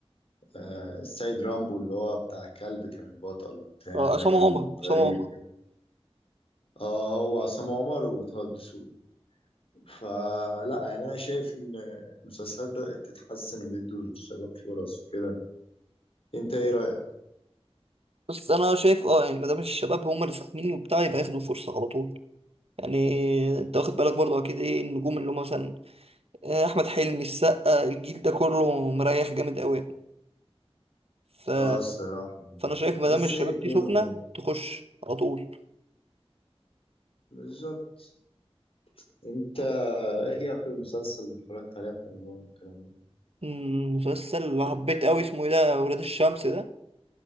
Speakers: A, on the left; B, on the right.
A: آه، السيد رامبو اللي هو بتاع الكلب كان البطل وبتاع
B: اه،
A: ده
B: عصام
A: كان
B: عمر
A: غريب
B: عصام عمر
A: اه هو عصام عمر وطه الدسوقي فلا يعني انا شايف ان المسلسلات بدأت تتحسن وبيدوا للشباب فرص وكده انت ايه رأيك؟
B: بس انا شايف اه يعني ما دام الشباب هم اللي ساخنين وبتاع يبقى ياخدوا فرصة على طول يعني انت واخد بالك برضه اكيد ايه النجوم اللي هم مثلا اه، احمد حلمي السقا الجيل ده كله مريح جامد قوي يعني ف...
A: اه الصراحة
B: فانا شايف ما
A: الناس
B: دام
A: زهقت
B: الشباب دي
A: منهم
B: سخنة
A: يعني
B: تخش على طول
A: بالظبط انت ايه اخر مسلسل اتفرجت عليه في رمضان والكلام ده؟
B: مم، مسلسل اللي حبيت قوي اسمه ايه ده ولاد الشمس ده